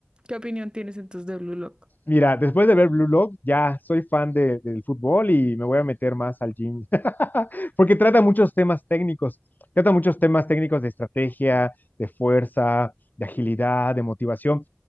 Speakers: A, on the right; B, on the left.
A: ¿qué opinión tienes entonces de Blue Lock?
B: Mira, después de ver Blue Lock, ya soy fan de- del fútbol y me voy a meter más al gym, <laughs> porque trata muchos temas técnicos, trata muchos temas técnicos de estrategia, de fuerza, de agilidad, de motivación.